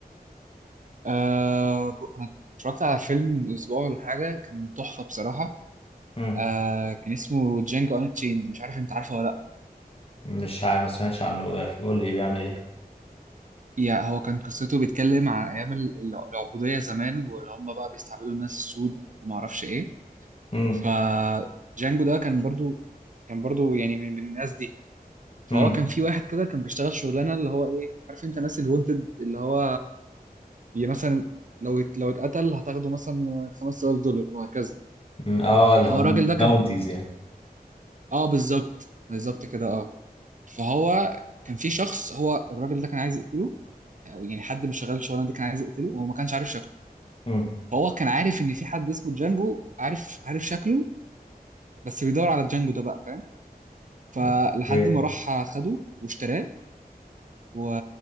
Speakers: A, on the right; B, on the left.
A: آه ب- انا اتفرجت على فيلم من اسبوع ولا حاجه كان تحفه بصراحه
B: مم.
A: آه كان اسمه جانجو ان تشيند مش عارف انت عارفه ولا لا
B: مش عارف ما سمعتش عنه قول لي بيعمل إيه
A: يعني هو كان قصته بيتكلم عن ايام ال- العبوديه زمان واللي هم بقى بيستعبدوا الناس السود وما اعرفش ايه
B: مم.
A: فجانجو ده كان برضو كان برضو يعني من من الناس دي فهو
B: مم.
A: كان في واحد كده كان بيشتغل شغلانه اللي هو ايه عارف انت ناس الونتد اللي هو بي مثلا لو ات- لو اتقتل هتاخده مثلا 5000 دولار وهكذا
B: مم. اه اللي
A: فهو
B: هم
A: الراجل
B: باونتيز
A: ده كان
B: يعني
A: اه بالظبط بالظبط كده اه فهو كان في شخص هو الراجل ده كان عايز يقتله أو يعني حد من شغال الشغلانه دي كان عايز يقتله وهو ما كانش عارف شكله
B: امم
A: فهو كان عارف ان في حد اسمه جانجو عارف عارف شكله بس بيدور على جانجو ده بقى فلحد
B: اوكي
A: ما راح خده واشتراه و...